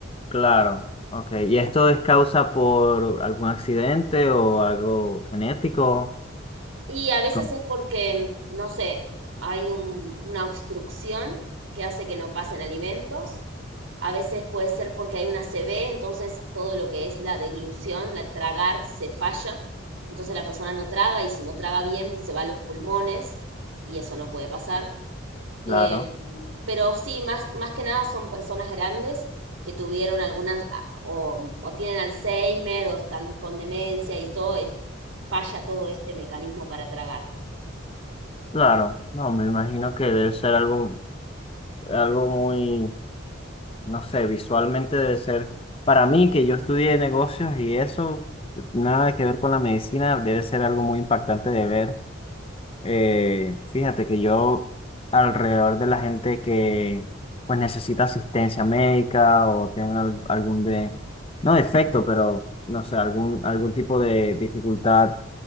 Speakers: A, on the left; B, on the right.
A: Claro, ok. ¿Y esto es causa por algún accidente o algo genético?
B: Y a veces
A: Com-
B: es porque, mm, no sé, hay un- una obstrucción que hace que no pasen alimentos. A veces puede ser porque hay una CB, entonces todo lo que es la deglución, la tragar, se falla. Entonces la persona no traga y si no traga bien se va a los pulmones y eso no puede pasar.
A: Claro,
B: Em, pero sí, más, más que nada son personas grandes que tuvieron algunas a- o, o tienen Alzheimer o están con demencia y todo, el- falla todo este mecanismo para tragar.
A: claro. No, me imagino que debe ser algo algo muy, no sé, visualmente debe ser, para mí que yo estudié negocios y eso, nada que ver con la medicina, debe ser algo muy impactante de ver. Eh, fíjate que yo alrededor de la gente que pues necesita asistencia médica o tienen al- algún de, no defecto, pero no sé, algún, algún tipo de dificultad